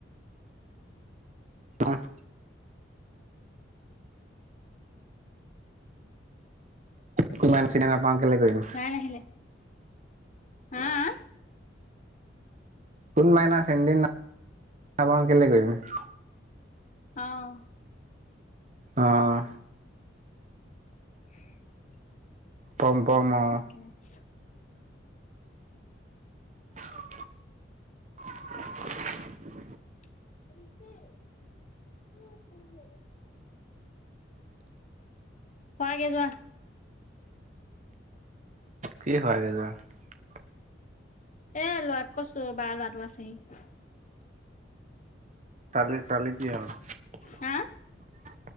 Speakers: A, on the right; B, on the left.
A: তহত সমান চ <unintelligible> বা খেলে কৰিম
B: নাই নাহিলে। হা অ
A: কোন মাইনা চনিদিনাপা কেলে গৈমি <unintelligible>
B: অহ
A: আহঁ
B: উম
A: পম পম অ
B: তাকে <unintelligible>
A: <inaudible>
B: <inaudible> হোৱাগে যোৱা <unintelligible>
A: কি হোৱাগে যোৱা <unintelligible>
B: এ লৱাক কৈছো বাই লৱাটো আছেহি <unintelligible>
A: তালি ছোৱালী কি হল <unintelligible>
B: হা?